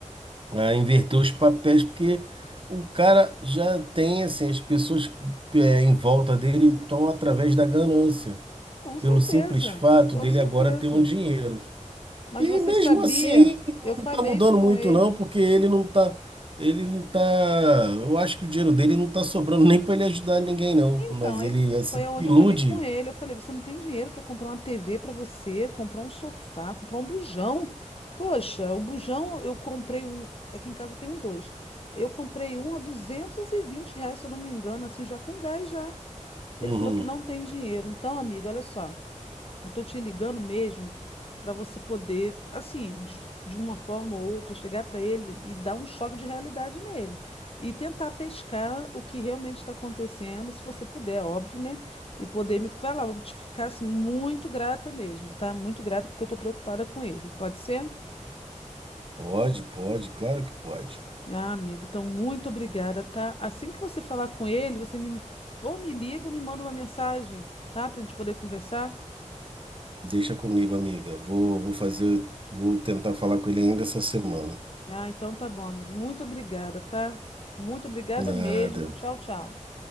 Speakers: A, on the right; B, on the left.
A: a inverter os papéis, porque o cara já tem assim, as pessoas é, em volta dele estão através da ganância,
B: Com certeza,
A: pelo simples fato
B: com
A: dele
B: certeza.
A: agora ter um dinheiro.
B: Mas
A: E
B: você
A: mesmo
B: sabia?
A: assim não
B: Eu falei
A: está mudando
B: isso com
A: muito
B: ele.
A: não, porque ele não tá, ele não tá, eu acho que o dinheiro dele não está sobrando nem para ele ajudar ninguém não,
B: Então,
A: mas
B: aí
A: ele assim
B: foi onde
A: ilude.
B: eu falei com ele. Eu falei: você não tem dinheiro para comprar uma TV para você, comprar um sofá, comprar um bujão. Poxa, o bujão eu comprei um. Aqui em casa eu tenho dois. Eu comprei um a 220 reais, se eu não me engano, assim, já com gás já. Ele
A: Uhum.
B: falou que não tem dinheiro. Então, amiga, olha só. Eu tô te ligando mesmo para você poder, assim, de, de uma forma ou outra, chegar para ele e dar um choque de realidade nele. E tentar pescar o que realmente está acontecendo, se você puder, é óbvio, né? E poder me falar. Vou te ficar, assim, muito grata mesmo, tá? Muito grata porque eu tô preocupada com ele. Pode ser?
A: Pode, pode, claro que pode.
B: Ah, amigo, então muito obrigada, tá? Assim que você falar com ele, você me ou me liga ou me manda uma mensagem, tá? Pra gente poder conversar.
A: Deixa comigo, amiga. Vou, vou fazer, vou tentar falar com ele ainda essa semana.
B: Ah, então tá bom, amigo. Muito obrigada, tá? Muito obrigada
A: Nada.
B: mesmo. Tchau, tchau.